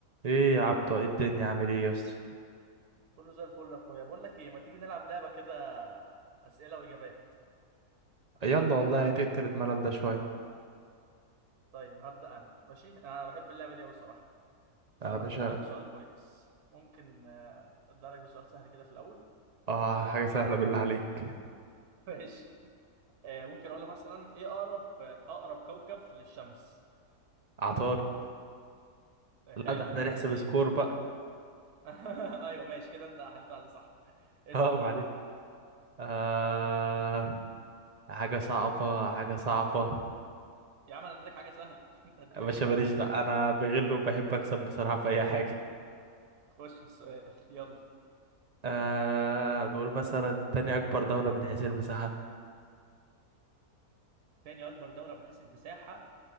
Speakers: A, on the right; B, on the right.
A: ايه يا عبدة ايه الدنيا عامل ايه يا اسطى
B: كله زي الفل يا اخويا بقول لك ايه ما تيجي نلعب لعبه كده اسئله واجابات
A: يلا والله هتقتل الملل ده شوية
B: طيب هبدا انا ماشي انا بحب اللعبه دي قوي صراحه استنى
A: يا باشا
B: افكر لك في سؤال كويس ممكن آه، ابدا لك بسؤال سهل كده في الاول
A: اه حاجة سهلة
B: آه،
A: بالله عليك
B: <laughs> ماشي آه، ممكن اقول لك مثلا ايه اقرب اقرب كوكب للشمس
A: عطار
B: آه،
A: لا
B: حلو
A: ده احنا نحسب
B: جميل
A: سكور بقى
B: <laughs> ايوه ماشي كده انت حليت على صح
A: <laughs>
B: اسال
A: اه
B: بقى
A: معلش
B: يلا
A: آه حاجة صعبة حاجة صعبة
B: يا عم انا اديتك حاجه سهله <laughs> انت هتديني
A: يا باشا
B: حاجه صعبه
A: ماليش ده انا بغل وبحب اكسب بصراحة في اي حاجة <laughs>
B: خش في السؤال يلا
A: آه نقول مثلا تاني اكبر دولة من حيث المساحة
B: تاني اكبر دوله من حيث المساحه